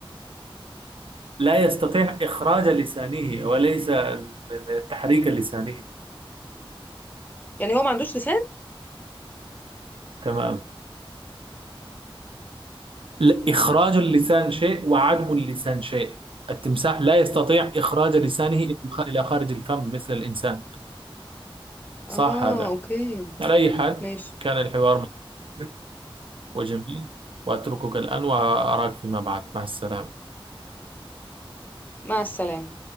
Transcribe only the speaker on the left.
يعني هو ما عندوش لسان
اه
اوكي
ماشي
مع السلامة